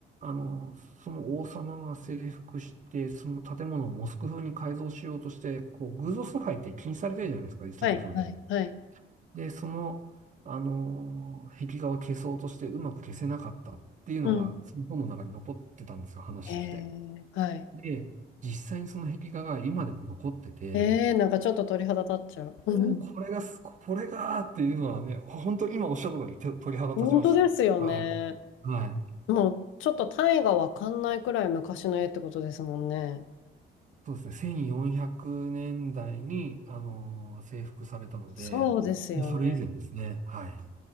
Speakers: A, on the right; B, on the left.
A: あの、その王様が征服して、その建物をモスク風に改造しようとして、こう、偶像崇拝って禁止されてるじゃないですか、イスラム教で。
B: はいはいはい。
A: で、その、あの、壁画を消そうとしてうまく消せなかったっていうのが、
B: うん。
A: その本の中に残ってたんですよ、話として。
B: へえ、はい。
A: で、実際にその壁画が今でも残ってて、
B: ええ、なんかちょっと鳥肌立っちゃう。うん
A: おおこれがす、これがーっていうのはね、本当に今おっしゃった通り、手鳥肌立ちました。
B: 本当ですよね。
A: はい。はい。
B: もうちょっと単位がわかんないくらい昔の絵ってことですもんね。
A: そうですね、1400年代に、あの、征服されたので、
B: そうですよね。
A: それ以前ですね。はい。